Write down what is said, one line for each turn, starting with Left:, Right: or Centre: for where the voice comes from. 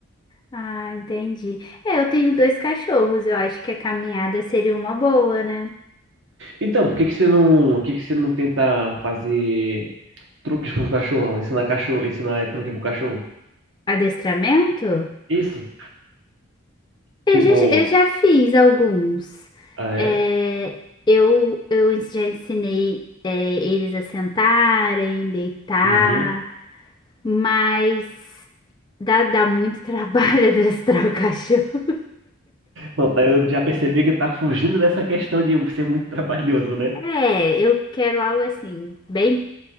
Left: Ah, entendi. É, eu tenho dois cachorros, eu acho que a caminhada seria uma boa, né?
Right: Então, por que que você não, por que que você não tenta fazer truques pro cachorro? Ensinar cachorro, ensinar truque pro cachorro?
Left: Adestramento?
Right: Isso,
Left: Eu
Right: Tipo,
Left: já, eu já fiz alguns.
Right: ah,
Left: É,
Right: é?
Left: eu, eu ens- já ensinei, é, eles a sentarem, deitar,
Right: Uhum.
Left: mas dá, dá muito trabalho <laughs> adestrar o cachorro.
Right: Não, tá, eu já percebi que tá fugindo dessa questão de ser muito trabalhoso, né?
Left: É, eu quero algo assim, bem,